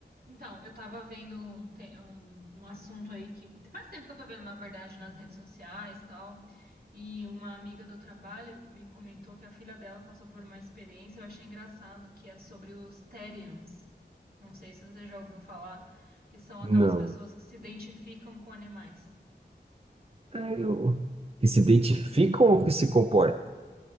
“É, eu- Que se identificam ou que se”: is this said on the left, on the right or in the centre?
Right